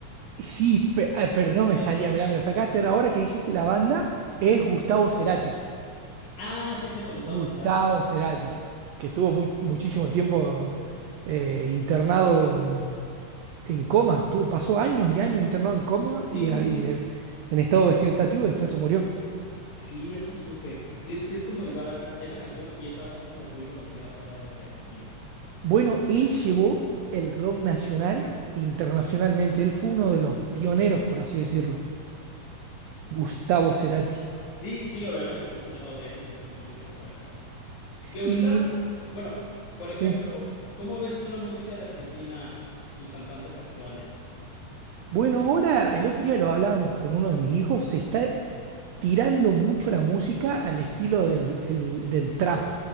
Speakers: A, on the right (about 80°); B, on the left (about 65°).
A: Sí, pe- ah, pero no me salía, mirá, me lo sacaste. Ahora que dijiste la banda, es Gustavo Cerati.
B: Ah, sí, es cierto, Gustavo
A: Gustavo
B: Cerati.
A: Cerati, que estuvo mu- muchísimo tiempo eh, internado en, en coma. Estuvo, pasó años y años internado en coma
B: Sí,
A: y, a-
B: sí, sí.
A: y de- en estado vegetativo, y después se murió.
B: Sí, eso supe. Sí, sí, es como igual acá. Esa canción y esa banda es como muy conocida fuera de, de Argentina.
A: Bueno, él llevó el rock nacional internacionalmente. Él fue uno de los pioneros, por así decirlo. Gustavo Cerati.
B: Sí, sí, obviamente, sí he escuchado de él, se escucha mucho por acá. Que ahorita,
A: Y
B: bueno, por ejemplo,
A: Sí.
B: ¿cómo ves tú la música de Argentina, sus cantantes actuales?
A: bueno, ahora el otro día lo hablábamos con uno de mis hijos, se está tirando mucho la música al estilo del, el- del trap.